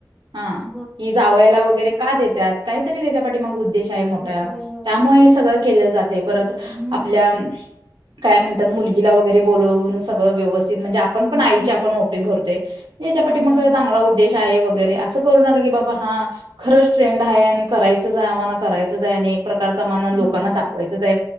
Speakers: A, on the right (about 80°); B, in the centre.
A: हा,
B: होय
A: कि जावयाला वगैरे का का देत्यात, काहीतरी त्याच्या पाठीमागं उद्देश आहे मोठा,
B: होय होय
A: त्यामुळे
B: बरोबरच
A: सगळं
B: आहे
A: केले जातंय परत
B: हम्म
A: आपल्या काय म्हणतात मुलगीला वगैरे बोलवून सगळं व्यव स्थित म्हणजे आपण
B: हम्म
A: आईची आपण ओटी भरतोय याच्या पाठीमागं
B: होय होय
A: चांगला उद्देश आहे व गैरे असं करू नका की बाबा हां खरंच ट्रेंड हाय आणि करायचच हाय आम्हाला करायचंच आहे आणि एक प्रकारच आम्हाला लोकांना
B: होय
A: दाखवायचं हाय.